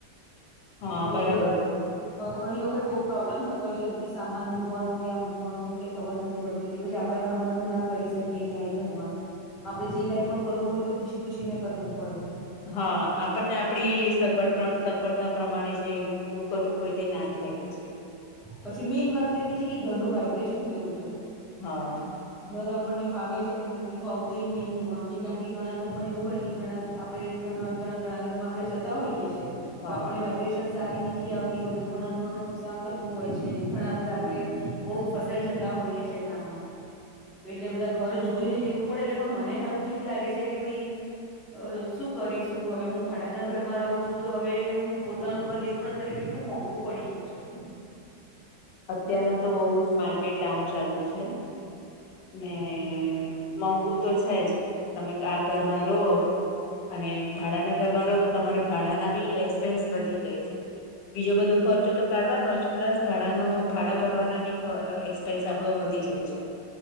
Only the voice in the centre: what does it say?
એટલે,
ઘણી વખત બઉ પ્રોબ્લેમ થતો હોય છે, બધી સામાન મૂકવાનો ક્યાં મૂકવાનું શું કઈ ખબર નથી. પડતી હતી પછી આપણેે મનનું ના કરી શકીએ અહિયાં એ ઘરમાં, આપડે જે કાઈ પણ કરવું હોય તો પૂછી પૂછી ને કરવું પડે.
પછી મેઈન વાત તો એવી છે કે ઘરનું વાઈબ્રેશન કેવું છે,
ઘર આપણને ફાવે છે કે નથી ફાવતું એ મેઈન જોવાનું છે, કારણ કે ઘણા ઘરમાં એવું હોય કે ઘણા, આપડણે ઘર ઘ ઘણા ઘરમાં આપણે જતા હોઈએ છીએ,
તો આપણે વાઈબ્રેશન સારી નથી આવતી હોત તોવ ઘ ઘણું નુકસાન થતું હોય છે, ઘણા બધા
આપડે બઉ ફસાઈ જતા હોઈએ છે, કામમાં, એટલે બધા ઘર જોઈ ને લેવું પડે એટલે મને સારું બીક લાગે છે કે ભાઈ, અ શું કરીશું હવે હું ભાડાના ઘરમાં રહું છું તો હવે હું પોતાનું ઘર લેવું પણ, અત્યારે કેટલું મોંઘું પડી ગયું છે,